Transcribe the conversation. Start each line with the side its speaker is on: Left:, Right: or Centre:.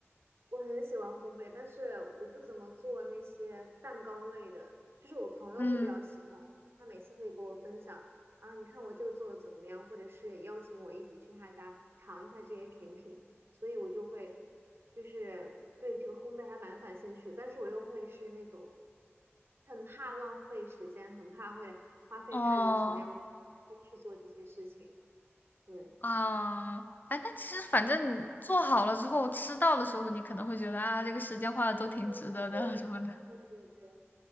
Right: 我很喜欢烘焙，但是我不怎么做那些蛋糕类的，就是我朋友会比较喜欢，
Left: 嗯，
Right: 他每次会给我分享啊，你看我这个做的怎么样，或者是邀请我一起去他家尝一下这些甜品，所以我就会就是对这个烘焙还蛮感兴趣的，但是我又会是那种很怕浪费时间，很怕会花费太多时间
Left: 哦。
Right: 去做这些事情，对，
Left: 啊，哎，但其实反正你做好了之后，吃到的时候，你可能会觉得啊，这个时间花的都挺值得的
Right: 这个我个人，
Left: <laughs> 什么的。
Right: 对对对，